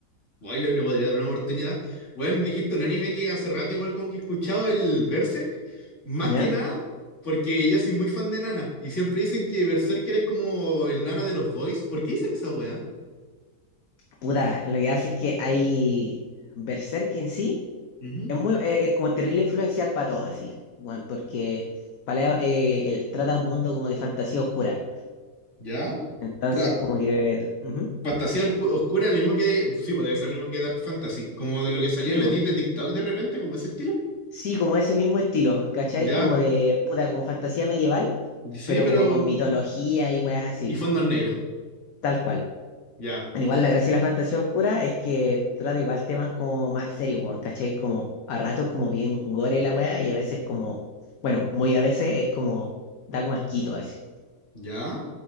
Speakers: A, on the left (about 45°); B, on the left (about 65°).
A: Guay, le, le podría dar una oportunidad. Bueno, dijiste un anime que hace rato igual como que he escuchado el Berserk, más
B: ¿Ya?
A: que nada porque yo soy muy fan de Nana y siempre dicen que Berserker es como el Nana de los boys. ¿Por qué dicen esa weá?
B: Puta, lo que hace es que hay Berserk en sí
A: Ujú,
B: es muy, es, es como terrible influencial para todo, así, bueno, porque Paleo eh, él trata un mundo como de fantasía oscura.
A: ¿Ya?
B: Entonces,
A: Espera,
B: como que. ujú.
A: fantasía orcu- oscura, lo mismo que... Sí, pues debe ser lo mismo que Dark Fantasy, como de lo que salían
B: Sí,
A: los
B: po.
A: edits de TikTok de repente, como ese estilo.
B: Sí, como ese mismo estilo, ¿cachai?
A: Ya,
B: Como de, puta, como fantasía medieval,
A: sí,
B: pero
A: pero...
B: como con mitología y weas así,
A: Y fondos negros,
B: tal cual.
A: ya,
B: Bueno, Igual la gracia de la fantasía oscura es que trata igual temas como más serios, weón, ¿cachai? Como a ratos como bien gore la wea y a veces como, bueno, muy a veces es como, da como asquito así.
A: ya.